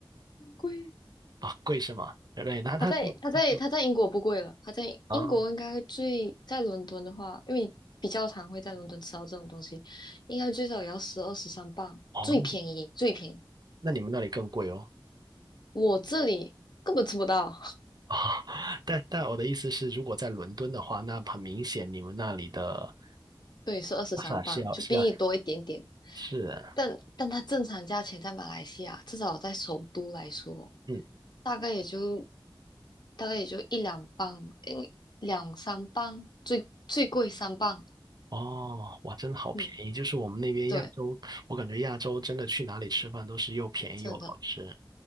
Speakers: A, on the left; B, on the right.
A: 很贵。
B: 啊，贵是吗？对，那它它做它做
A: 他在他在他在英国不贵了，他在英国应该最在伦敦的话，
B: 啊，
A: 因为你比较常会在伦敦吃到这种东西，应该最少也要十二十三磅，
B: 哦，
A: 最便宜最便宜。
B: 那那你们那里更贵哦。
A: 我这里根本吃不到，
B: <laughs> 啊，但但我的意思是，如果在伦敦的话，那很明显你们那里的
A: 对，是二十三磅，
B: 巴萨是要是要
A: 就比你多一点点。
B: 是，
A: 但但它正常价钱在马来西亚，至少在首都来说，
B: 嗯，
A: 大概也就大概也就一两磅，嗯，两三磅，最最贵三磅。
B: 哦，哇，真的好便宜！
A: 嗯，
B: 就是我们那边亚洲，
A: 对，
B: 我感觉亚洲真的去哪里吃饭都是又便宜又好吃。
A: 真的